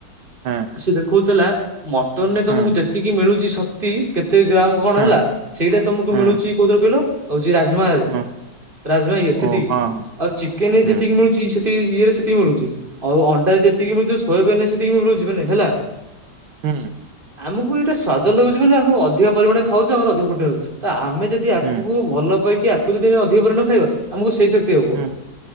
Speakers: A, on the right; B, on the right.
A: ହଁ
B: ସିଏ ଦେଖଉଥିଲା। ମଟନରେ ତମକୁ
A: ହଁ
B: ଯେତିକି ମିଳୁଚି ଶକ୍ତି କେତେ ଗ୍ରାମ୍ କଣ
A: ହଁ
B: ହେଲା? ସେଇଟା ତମକୁ
A: ହଁ
B: ମିଳୁଚି କୋଉଥିରେ କହିଲ ହଉଚି ରାଜମାରେ
A: ହଁ
B: ରାଜମା ଇଏରେ ସେତିକି।
A: ଓ ହଁ ହଁ
B: ଆଉ ଚିକେନ ରେ
A: ହୁଁ
B: ଯେତିକି ମିଳୁଚି ସେତିକି ଇଏ ରେ ସେତିକି ମିଳୁଚି। ଆଉ ଅଣ୍ଡାରେ ଯେତିକି ମିଳୁଚି ସୋୟାବିନରେ ସେତିକି ମିଳୁଚି ବେଲେ ହେଲା।
A: ହୁଁ।
B: ଆମୁକୁ ଏଇଟା ସ୍ୱାଦ ଲାଗୁଚି ବୋଲି ଆମୁକୁ ଅଧିକା ପରିମାଣରେ ଖାଉଚେ ଆମର ଅଧିକ ପ୍ରୋଟୋଉଚି। ତ ଆମେ ଯଦି ଆକୁକୁ
A: ହୁଁ
B: ଭଲ ପାଇକି ଆକୁ ଯେଦି ଆମେ ଅଧିକ ପରିମାଣ ଖାଇବା ଆମକୁ ସେଇ ଶକ୍ତି ହବ।
A: ହୁଁ